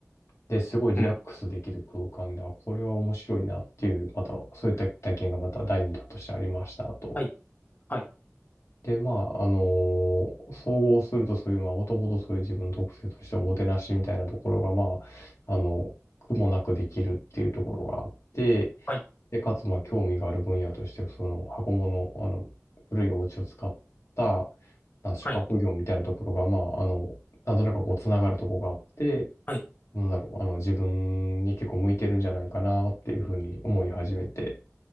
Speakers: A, on the left; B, on the left.
A: で、すごいリラックスできる空間で、
B: うん。
A: あ、これは面白いなっていう、また、そういった体験がまた第二弾としてありましたと。
B: はい。はい。
A: で、まあ、あの総合するとそういう、まあ、もともとそういう自分の特性としておもてなしみたいなところが、まあ、あの、苦もなくできるっていうところがあって、
B: はい。
A: で、かつ、まあ、興味がある分野として、その、箱物、あの、古いお家を使った、まあ、宿泊業みたいなところが、
B: はい。
A: まあ、あの、なんとなくこう、つながるところがあって、
B: はい。
A: なんだろう、あの、自分に結構向いてるんじゃないかなっていうふうに思い始めて、